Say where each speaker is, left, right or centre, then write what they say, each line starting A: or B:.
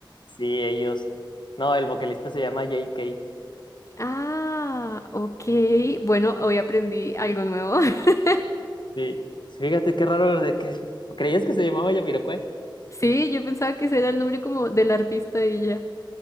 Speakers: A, on the left; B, on the left.
A: Sí, ellos. No, el vocalista se llama J K.
B: Ah, ok. Bueno, hoy aprendí algo nuevo. <laughs>
A: Sí. Fíjate qué raro de que creías que se llamaba Jamiroquai.
B: Sí, yo pensaba que ese era el nombre como del artista y ya.